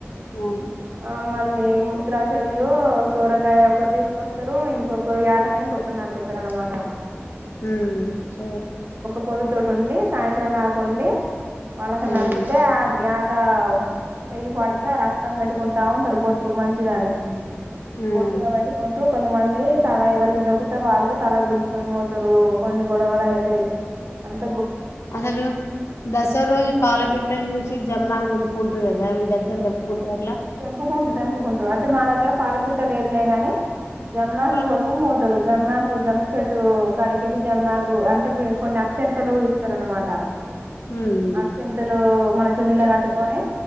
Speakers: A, on the left; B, on the right.
A: అవును
B: ఆ మళ్ళీ ముద్రాచల్లు చోరకాయ ఒకరు తీసుకొస్తరు ఇంకొకరు యటని ఇంకొకరు నరుకుతరు అనమాట
A: హమ్ సోక
B: ప <inaudible> తోటి ఉండి సాయంత్రం దాకండి వాళ్ళకు
A: హ్మ్
B: నరికితే <inaudible> ఇట్ట చెయ్యి పడితే ఆ రక్తం పెట్టుకుంటా ఉంటారు బొట్టు మంచిదని
A: హ్మ్
B: బొట్టు గాబట్టి పెట్రు కొంత మంది <inaudible> తల ఎవరికి దొరికితే వాళ్ళు తల గుంజుకొని పోతారు కొన్ని గొడవలు అయితే అంత్
A: అసలు దసరా రోజు పాలపిట్టను చూసి జమ్మాన్ గ్ం కూం <inaudible> టదా మీ దగ్గర కుంటాయి అట్ల
B: తెంపుకుంటు తెంపుకుంటారు అంటే మా దగ్గర పాలపిట్ట లేదులే గాని జమ్మాకు
A: హ్మ్
B: కోసం ఒకటో రోజు జమ్మాకు జమ్ము చెట్టు కడికెళ్ళి జమ్మాకు అంటే కొన్ని అక్షంతలు ఇస్తారు అనమాట
A: హ్మ్
B: ఆక్షింతలు మన చున్నీలే కట్టుకొని